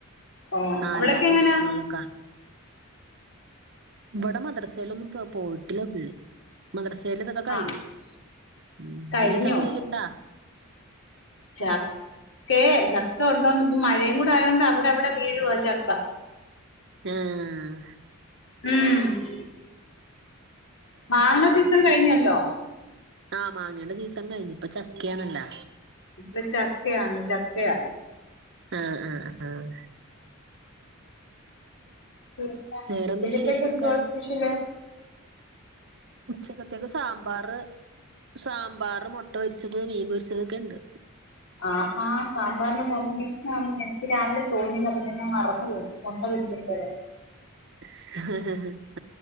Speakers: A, on the left (about 65°); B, on the right (about 55°).
A: ഓ
B: ആഹ്
A: അവിടൊക്കെ
B: അല്ലാത്തൂസങ്ങൾലൊക്കെ
A: എങ്ങനെയാ
B: വടെ മദ്രസയിലൊന്നും പോ പോയിട്ടില്ല പു ള്ളി മദ്രസേല് ഇതൊക്കെ കഴിഞ്ഞ്.
A: ആ
B: മ്
A: കഴിഞ്ഞോ
B: തില് ചക്കൊക്കെണ്ടാ
A: ച്ചാ ക്കേ ചക്ക ഒണ്ടോന്ന് ഇപ്പൊ മഴേം കൂടെ ആയോണ്ടവിട അവിട വീഴുവാ ചക്ക.
B: ആഹ്
A: ഉം മാങ്ങ സീസൺ കഴിഞ്ഞല്ലോ
B: ആഹ് മാങ്ങേൻ്റെ സീസൺ കഴിഞ്ഞു. ഇപ്പ ചക്കയാണല്ലാ.
A: ഇപ്പൊ ചക്കയാണ് ചക്കയാ
B: ആഹ്, ആഹ് ആഹ്
A: പിന്നെ
B: വേറെന്തു
A: ഉച്ചക്കത്തേക്ക്
B: വിശേഷം
A: എന്തുവാ
B: ഒക്കെ
A: സ്പെഷ്യല്
B: ഉച്ചക്കത്തേക്ക് സാമ്പാറ് സാമ്പാറ്, മുട്ട പൊരിച്ചത്, മീൻ പൊരിച്ചതൊക്കെണ്ട്.
A: ആഹാ, സാമ്പാറിനു കോംമ്പിനേഷൻ ആന്നു ലേ രാവിലെ തോന്നിയതാ പിന്നെ ഞാൻ മറന്നു പോകും മുട്ട പൊരിച്ചോണ്ട് വരാൻ
B: <unintelligible>